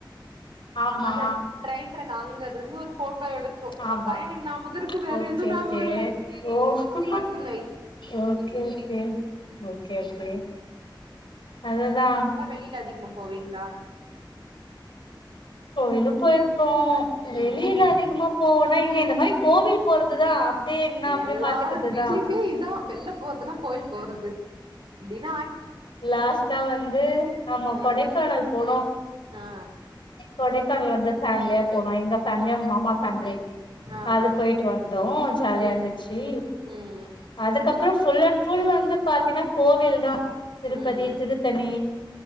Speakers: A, on the left; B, on the right.
A: ஆமா
B: அந்த ட்ரெயின் ட்ரக் அங்க இருந்து ஒரு போட்டோ எடு போ
A: ஆமா
B: அ பயனிங் ஞாபக இருக்கு வேற
A: ஓகே
B: எது ஞாபக
A: ஓகே
B: இல்ல
A: ஓ
B: ரொம்ப சின்ன வய்ஸ்
A: ஓகே ஓகே ஓகே ஓகே அதுதா
B: கீழ அதிகமா போவீங்களா
A: கோயிலு போயிருக்கோ வெளியில
B: ம்
A: அதிகமா போ ன இங்க இந்த மாரி கோவில் போறதுதா அப்டியே எங்கன்னா அப்டியே
B: எல்லார்
A: பாத்துக்கறதுதா
B: வீட்லயுமே இதா வெள்ள போற்துன்னா கோயில் போறது அப்படின்னா
A: லாஸ்டா வந்து ஆமா
B: ஆ
A: கொடைக்கானல் போனோ
B: ஆ
A: கொடைக்கானல் வந்து ஃபேமிலியா போனோ எங்க ஃபேமிலியு அவங்க மாமா சந்தை
B: ஆ ஆ
A: அது போயிட்டு
B: ஆ
A: வந்தோ ஜாலியா
B: ம்
A: இருந்து சி
B: ம்
A: அதுக்கப்புறம் ஃபுல் அண் ஃபுல் வந்து பாத்தீன்னா கோவில் தா திருப்பதி
B: ம்
A: திருத்தணி
B: ம்